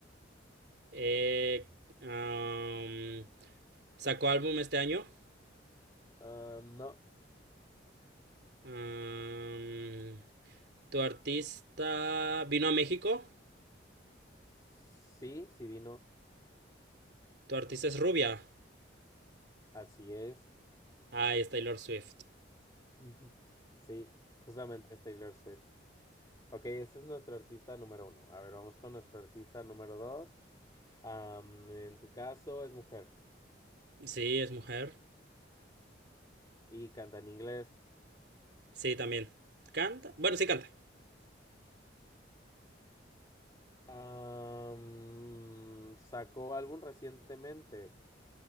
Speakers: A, on the right; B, on the left.
A: Eh, am, ¿sacó álbum este año?
B: ah, no.
A: Am, ¿tu artista vino a México?
B: Sí, sí vino.
A: ¿Tu artista es rubia?
B: Así es.
A: Ah, es Taylor Swift.
B: Ujú. Sí, justamente es Taylor Swift. Ok, ese es nuestro artista número uno. A ver, vamos con nuestro artista número dos. Am, en tu caso es mujer
A: Sí, es mujer.
B: y canta en inglés.
A: Sí, también. ¿Canta? Bueno, sí canta.
B: Am, sacó álbum recientemente.